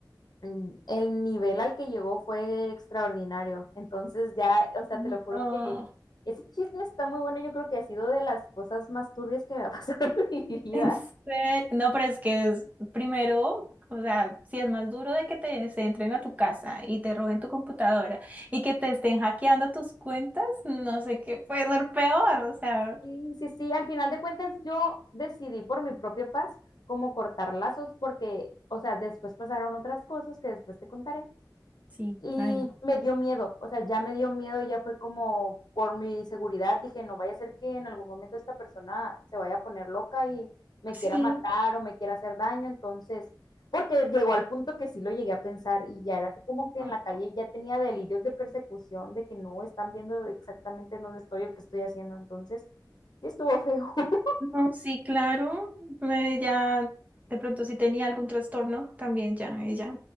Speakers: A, on the left; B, on the right.
A: mm, el nivel al que llegó fue extraordinario. Entonces ya, o sea,
B: No,
A: te lo juro que ese chisme está muy bueno, yo creo que ha sido de las cosas más turbias que me ha pasado <laughs> en
B: <laughs>
A: mi vida.
B: en serio. No, pero es que es- primero, o sea, si es más duro de que te se entren a tu casa y te roben tu computadora y que te estén hackeando tus cuentas, no sé qué puede ser peor, o sea,
A: Sí, sí, sí, al final de cuentas yo decidí por mi propia paz como cortar lazos porque, o sea, después pasaron otras cosas que después te contaré.
B: sí,
A: Y
B: ay no.
A: me dio miedo, o sea, ya me dio miedo, ya fue como por mi seguridad, dije, no vaya a ser que en algún momento esta persona se vaya a poner loca y me
B: Sí,
A: quiera matar o me quiera hacer daño, entonces, porque llegó al punto que sí lo llegué a pensar y ya era así como que
B: no,
A: en la calle ya tenía delirios de persecución, de que no están viendo exactamente en dónde estoy o qué estoy haciendo, entonces, sí estuvo feo. <laughs>
B: no, sí, claro, eh, ya de pronto si tenía algún trastorno, también ya, ella.